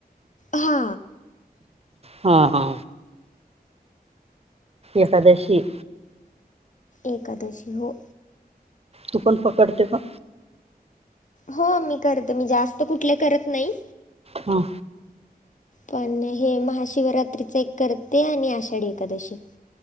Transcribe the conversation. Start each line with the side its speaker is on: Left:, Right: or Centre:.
Left: हा
Right: हा हा एकादशी
Left: एकादशी हो
Right: तू पण पकडते का
Left: हो मी करते मी जास्त कुठले करत नाही
Right: हा
Left: पण हे महाशिवरात्रीचं एक करते आणि आषाढी एकादशी